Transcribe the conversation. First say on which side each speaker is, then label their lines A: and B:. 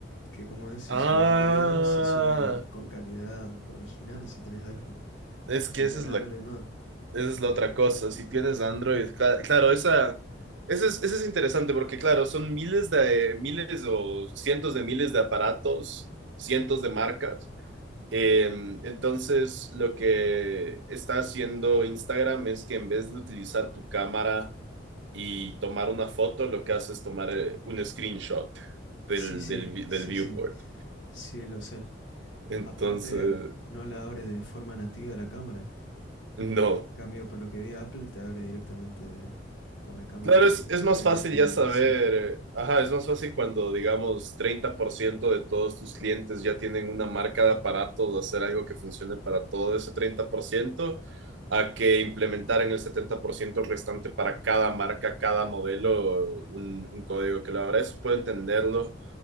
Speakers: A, on the left (about 75°); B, on the right (about 70°).
A: que como es, si
B: Ah,
A: subís videos se suben con calidad original si tenés iPhone, <laughs>
B: es
A: pero
B: que
A: si
B: esa
A: tenés
B: es la
A: Android no.
B: Esa es la otra cosa. Si tienes Android, cla- claro, esa, esa es, esa es interesante porque, claro, son miles de miles o cientos de miles de aparatos, cientos de marcas. Eh, entonces, lo que está haciendo Instagram es que en vez de utilizar tu cámara y tomar una foto, lo que hace es tomar eh, un screenshot del,
A: Sí, sí,
B: del, vi-
A: sí,
B: del viewport.
A: sí, sí, lo sé.
B: Entonces,
A: Aparte, no la abre de forma nativa la cámara.
B: no.
A: En cambio, por lo que vi, Apple te abre directamente con la cámara
B: Claro,
A: que
B: es, es
A: en
B: más
A: teoría
B: fácil
A: tiene.
B: ya saber,
A: Sí,
B: eh, ajá, es más fácil cuando, digamos, 30% de todos tus clientes ya tienen una marca de aparatos, hacer algo que funcione para todo ese 30%, a que implementar en el 70% restante para cada marca, cada modelo, un, un código que la verdad eso puedo entenderlo.